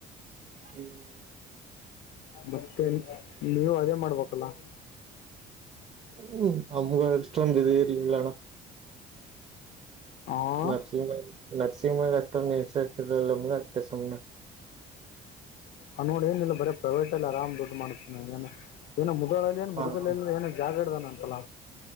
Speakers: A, on the right; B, on the left.
A: ಹ್ಮ್
B: ಮತ್ತೆ ನೀವು ಅದೇ ಮಾಡ್ಬೇಕಲ್ಲ.
A: ಹ್ಮ್ ಅಮ್ಮಗ ಇಷ್ಟೊಂದಿದೆ ಇರ್ ಇಲ್ಲಣ್ಣ.
B: ಹಾಂ
A: ನರ್ಸಿಂಗ್ಲ್ ನರ್ಸಿಂಗ್ ಮಲ್ ಅಷ್ಟೊ ನಿಸರ್ತ ನಮ್ಗ ಆಗ್ತೆ ಸುಮ್ನೆ.
B: ಹ ನೋಡ್ ಏನಿಲ್ಲ ಬರೀ ಪ್ರೈವೇಟ್ ಅ ಆರಾಮ್ ದುಡ್ ಮಾಡುತ್ತೆ. ಏನ ಏನ ಮುದಳಲ್ಲಿ ಏನ್ ಮುದುಗ
A: ಹಾ ಹಾ
B: ಏನ ಜಾಗ ಇಡ್ದಾನ ಅಂತಲ್ಲ.